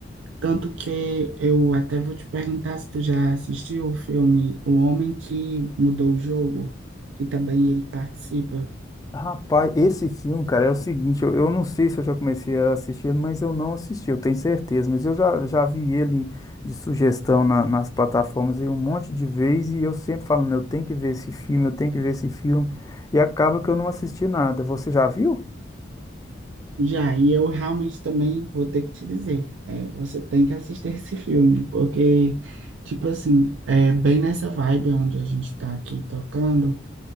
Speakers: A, on the right; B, on the left.
A: Tanto que eu até vou te perguntar se tu já assistiu o filme O Homem que Mudou o Jogo, que também ele participa.
B: Rapaz, esse filme, cara, é o seguinte, eu, eu não sei se eu já comecei a assistir, mas eu não assisti, eu tenho certeza, mas eu já, já vi ele de sugestão na- nas plataformas aí um monte de vezes e eu sempre falando, eu tenho que ver esse filme, eu tenho que ver esse filme, e acaba que eu não assisti nada. Você já viu?
A: Já, e eu realmente também vou ter que te dizer, é, você tem que assistir esse filme, porque, tipo assim, é bem nessa vibe onde a gente está aqui tocando,